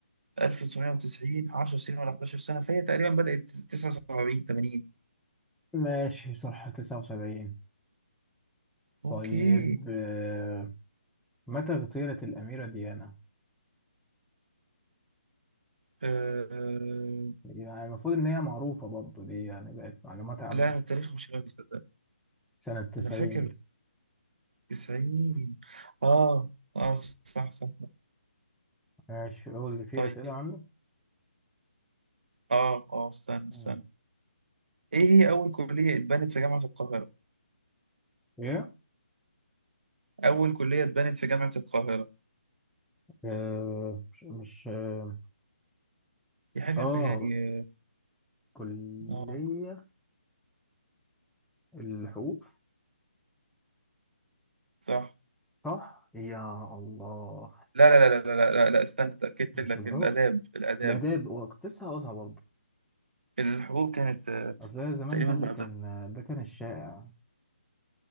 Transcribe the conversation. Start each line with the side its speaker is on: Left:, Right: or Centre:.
Right: 1990 10 سنين ولا 11 سنة فهي تقريبا بدأت 79 80
Centre: ماشي صح 79
Right: اوكي
Centre: طيب آه، متى اغتيلت الأميرة ديانا؟
Right: أه...
Centre: يعني المفروض إن هي معروفة برضو دي يعني بقت معلومات عامة
Right: لا انا التاريخ مش راضي صدق
Centre: سنة 90
Right: انا فاكر 90 اه اه صح صح, صح.
Centre: ماشي قول لي في
Right: طيب
Centre: أسئلة عنه؟
Right: اه اه استنى
Centre: مم.
Right: استنى ايه هي اول كلية اتبنت في جامعة القاهرة
Centre: إيه؟
Right: اول كلية اتبنت في جامعة القاهرة
Centre: آه مش مش آه
Right: دي حاجة
Centre: آه،
Right: يعني
Centre: كلية
Right: اه
Centre: الحقوق
Right: صح
Centre: صح؟ يا الله
Right: لا لا لا لا لا لا, لا استنى اتأكدت
Centre: مش
Right: لك
Centre: الحقوق
Right: الاداب الاداب
Centre: الآداب وكنت لسه هقولها برضه
Right: الحقوق كانت آه،
Centre: أصل هي زمان
Right: تقريبا
Centre: ده
Right: بعدها
Centre: اللي كان ده كان الشائع